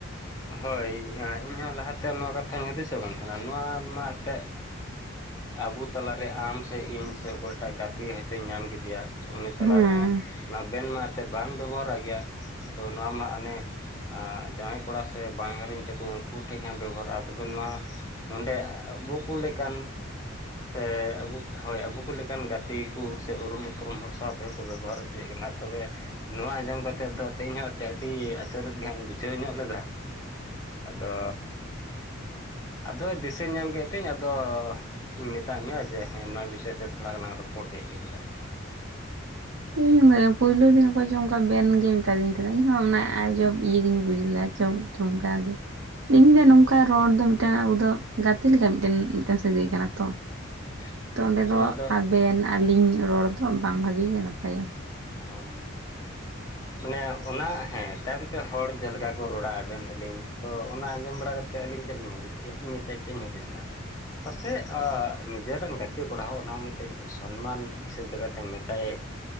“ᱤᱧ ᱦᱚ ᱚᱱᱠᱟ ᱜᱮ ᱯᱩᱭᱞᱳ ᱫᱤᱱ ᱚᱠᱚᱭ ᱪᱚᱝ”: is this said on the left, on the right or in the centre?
Right